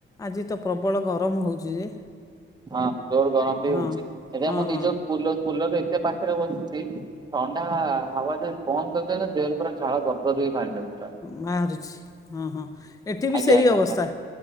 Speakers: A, on the left (about 15°); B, on the right (about 20°).
A: ଆଜି ତ ପ୍ରବଳ ଗରମ ହଉଛି ଯେ।
B: ହଁ ଜୋର ଗରମ ବି ହଉଚି
A: ହଁ
B: ଏଟ
A: ହଁ
B: ମୁଁ ନିଜ
A: ହଁ
B: କୁଲ କୁଲର୍ ରେ ପାଖରେ ବସିଛି ଥଣ୍ଡା ହବା ଯେ ବନ୍ଦ କରିଦେନେ ଦେହରୁ ପୁରା ଝାଳ ଗଦ ଗଦ ହେଇକି ବାହାରି ଯାଉଛି ପୁରା।
A: ବାହାରୁଛି ହଁ ହଁ ଏଠି ବି
B: ଆଜ୍ଞା
A: ସେଇ
B: ଆଜ୍ଞା
A: ଅବସ୍ଥା
B: ଆଜ୍ଞା